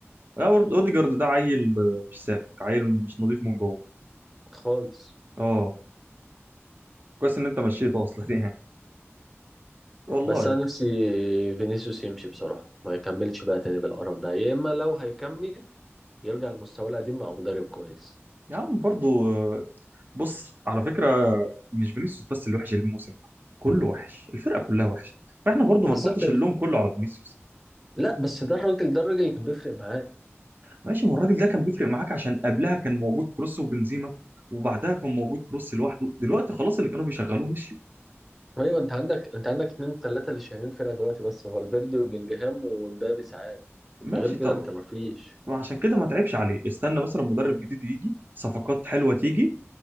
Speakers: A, on the right; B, in the centre.
A: آه، أور- اوديجارد ده عيل آه، مش سالك عيل مش نظيف من جوه
B: خالص
A: اه كويس ان انت مشيته اصلا <laughs> يعني والله
B: بس انا نفسي فينيسيوس يمشي بصراحه ما يكملش بقى تاني بالقرف ده يا اما لو هيكمل يرجع لمستواه القديم مع مدرب كويس
A: يا عم برضو آه، بص على فكره مش فينيسيوس بس اللي وحش الموسم ده كله وحش الفرقه كلها وحشه فاحنا برضو
B: بالظبط
A: ما نحطش
B: انت
A: اللوم كله على فينيسيوس
B: لا بس ده الراجل ده الراجل اللي كان بيفرق معاك
A: ماشي ما الراجل ده كان بيفرق معاك عشان قبلها كان موجود كروس وبنزيما وبعدها كان موجود كروس لوحده دلوقتي خلاص اللي كانوا بيشغلوه مشيوا
B: ايوه انت عندك انت عندك اتنين تلاته اللي شايلين الفرقه دلوقتي بس هو الفيردي وبلينجهام ومبابي ساعات
A: ماشي
B: غير كده
A: طب
B: انت مفيش
A: وعشان كده ما تعبش عليه استنى مثلا مدرب جديد يجي صفقات حلوه تيجي